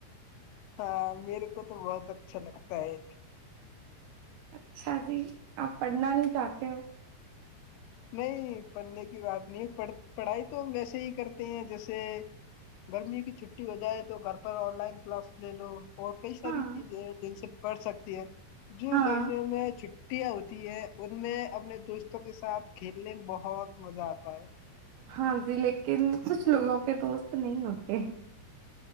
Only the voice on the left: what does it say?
ہاں میرے کو تو بہت اچھا لگتا ہے
نہیں پنے بات نہیں ہے پڑھائی تو ہم ویسے ہی کرتے ہیں جیسے گرمی کی چھٹی ہو جائے تو گھر پر آن لائن کلاس لے لو اور کئی ساری
چیزیں جن سے پڑھ سکتی ہے جوی
گرمیوں میں چ پٹیاں ہوتی ہے ان میں اپنے دوستوں کے ساتھ کھیلنے میں بہت مزہ آتا ہے